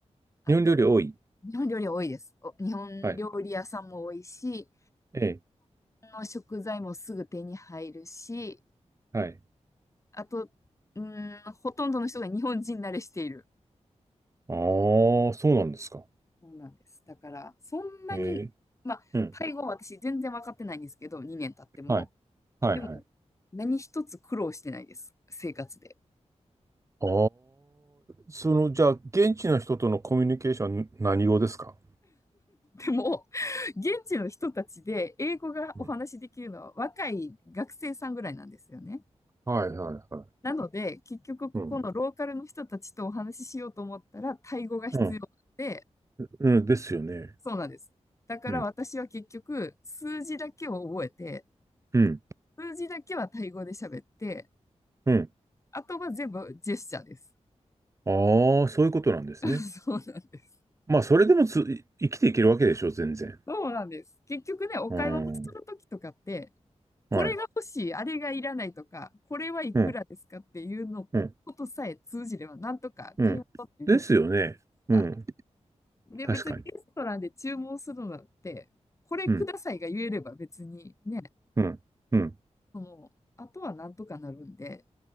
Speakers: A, on the left (about 25°); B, on the right (about 25°).
A: あと、
B: 日本料理多い。
A: 日本料理は多いです。お日本料理屋さんも多いし、
B: はい。ええ。
A: 日本の食材もすぐ手に入るし、
B: はい。
A: あと、うーん、ほとんどの人が日本人慣れしている。
B: ああ、そうなんですか。
A: そうなんです。だから、そんなに、
B: ええ。
A: まあ、
B: うん。
A: タイ語は私全然分かってないんですけど、2年経っても。
B: はい。はい、
A: でも、
B: はい。
A: 何一つ苦労してないです。生活で。
B: ああ、その、じゃあ、現地の人とのコミュニケーション、何語ですか
A: でも、現地の人たちで英語がお話しできるのは若い学生さんぐらいなんですよね。
B: うん。はい、はい、はい。
A: なので、結局ここのローカルの人たちとお話ししようと思ったら、
B: うん。
A: タイ語が必要で、
B: うん。うん、ですよね。
A: そうなんです。だから私は結局、
B: うん。
A: 数字だけを覚えて、
B: うん。
A: 数字だけはタイ語で喋って、
B: うん。
A: あとは全部ジェスチャーです。
B: ああ、そういうことなんですね。
A: <laughs> そうなんです。
B: まあ、それでもつ、生きていけるわけでしょ、全然。
A: そうなんです。結局ね、お買い物するときとかって、
B: うん。
A: これが欲しい、
B: はい。
A: あれがいらないとか、これはいくらですかっていうのことさえ通じれば、
B: うん。うん。
A: なんとか買い物ってできる
B: うん。ですよね。うん。
A: か。で、
B: 確かに。
A: 別にレストランで注文するのって、これくださいが言えれば別にね、
B: うん。うん。うん。
A: その、あとはなんとかなるんで、